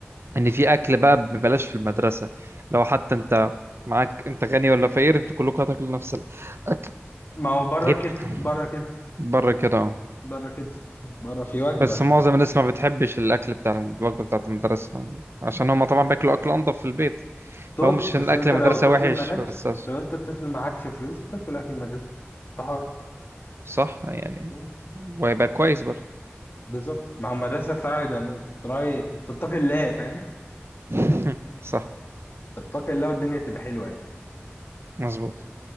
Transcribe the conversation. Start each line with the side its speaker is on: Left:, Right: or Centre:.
Right: ان في اكل بقى ببلاش في المدرسه لو حتى انت معاك انت غني ولا فقير انتوا كلكم هتاكلوا نفس الاكل
Left: ما هو بره
Right: جبت
Left: كده بره كده
Right: بره كده اه
Left: بره كده بره في وجبه
Right: بس معظم الناس ما بتحبش الاكل بتاع الوجبه بتاعت المدرسه عشان هما طبعا بياكلوا اكل انضف في البيت
Left: طز
Right: فهو مش عشان
Left: بس
Right: الاكل
Left: انت
Right: المدرسه
Left: لو طفل
Right: وحش
Left: مالكش
Right: بس عش-
Left: لو انت طفل معكش فلوس هتاكل اكل المدرسه انت حر
Right: صح يعني
Left: مم.
Right: وهيبقى كويس برضه
Left: بالظبط مع المدرسه تطلعي ده تطلعي تتقي الله فاهم
Right: <laughs> صح
Left: تتقي الله والدنيا تبقى حلوه يعني
Right: مظبوط